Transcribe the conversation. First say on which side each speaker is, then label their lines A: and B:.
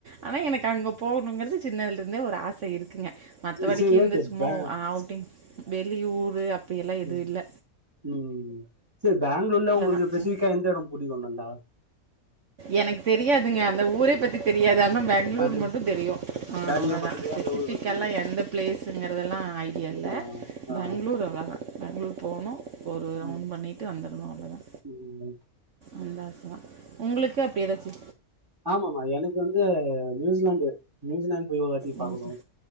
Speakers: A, on the right (about 60°); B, on the right (about 15°).
A: ஆனா எனக்கு அங்க போணுங்கற்து சின்னத்லருந்தே ஒரு ஆ ச இருக்குங்க மத்தபடிக்கு
B: சரி ஓகே
A: இந்த சும்மா
B: பே
A: ஆ அவுட்டிங் வெளியூரு அப் அப்டியெல்லா எது
B: ம்
A: இல்ல
B: ம் செரி பேங்ளூர்ல உங்ளுக்கு
A: தான் சி-
B: பெசிஃபிக்கா எந்த எடோ பிடிக்கு நல்லா
A: எனக்கு தெரியாதுங்க அந்த ஊரே பத்தி தெரியாது ஆனா
B: அது
A: மட்டு தெரியு ஆ
B: பெங்களூர்
A: அவ்ளோதா
B: மட்டு தெரியா
A: ஸ்பெசிஃபிக்காலா
B: அந்த ஊர் பத்தி தெரியா
A: எந்த ப்ளேஸுங்கற்தல்லா ஐடியா இல்ல
B: ஆ ஆ
A: பெங்ளூர் அவ்ளோதா பெங்ளூர் போணு ஒரு ரவுண்
B: ம்
A: பண்ணிட்டு வந்துர்னு அவ்ளோதா
B: ம்
A: அந்தாசதா உங்குளுக்கு அப்டி எதாச்சு
B: ஆமாம்மா எனக்கு வந்து நியூசிலாந்து நியூசிலாந்து போய் ஒருவாட்டி
A: நியூஸில்
B: பாக்கணு